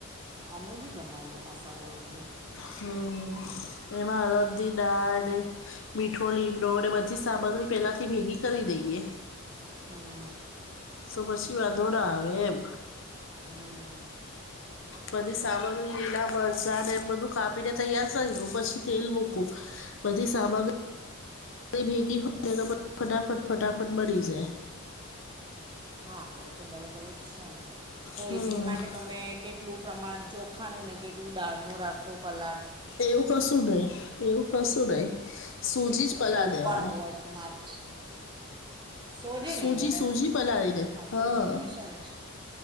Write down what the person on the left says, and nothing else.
હુ એમાં અડદ દાડ ને મીઠો લીમડો અને બધી સામગ્રી પેલાથી ભેગી કરી દઈએ.
તો પછી વાધોના આવે એમ
બધી સામગ્રી લીલા મરચા ને એ બધું કાપીને તૈયાર કરી દઉ પછી તેલ મૂકું. બધી સામગ્રી. તે ભીગી હોય ને તો ફટાફટ ફટાફટ બની જાય.
હમ
એવું કશું નહી એવું કશું નહી સૂજી જ પાલા
દેવાની.
સૂજી
સૂજી પલાડી દે હા.